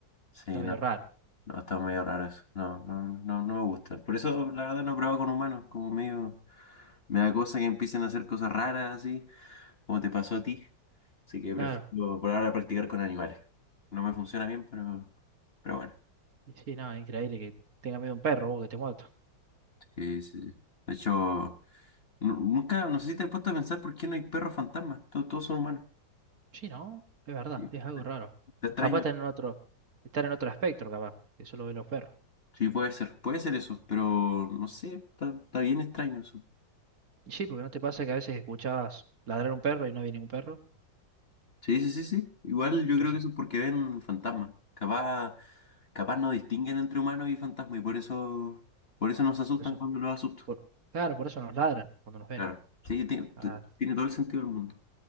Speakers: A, on the left; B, on the right.
A: Sí,
B: Está medio
A: no,
B: raro,
A: no, está medio raro eso. No, no, no, no me gusta. Por eso, la verdad, no he probado con humanos, como medio, me da cosa que empiecen a hacer cosas raras así, como te pasó a ti. Así que
B: claro.
A: prefiero por ahora practicar con animales. No me funciona bien, pero, pero bueno.
B: Y sí, no, increíble que tenga miedo a un perro, vos que te muerto.
A: Sí, sí. sí. De hecho. Nu- nunca, no sé si te has puesto a pensar por qué no hay perros fantasmas. Todos, todos son humanos.
B: Sí, ¿no? Es verdad,
A: Sí.
B: es algo raro.
A: Está extraño.
B: Capaz están en otro, estar en otro espectro, capaz, que solo ve los perros.
A: Sí, puede ser, puede ser eso, pero no sé, está, está bien extraño eso.
B: Y sí, porque no te pasa que a veces escuchabas ladrar un perro y no había ningún perro.
A: Sí, sí, sí, sí. Igual yo
B: Entonces,
A: creo que eso es porque ven fantasmas. Capaz, capaz no distinguen entre humanos y fantasmas y por eso, por eso nos asustan
B: por eso,
A: cuando los asustan.
B: por- claro, por eso nos ladran cuando nos ven.
A: Claro. Sí, tiene,
B: Ah,
A: tiene todo el sentido del mundo.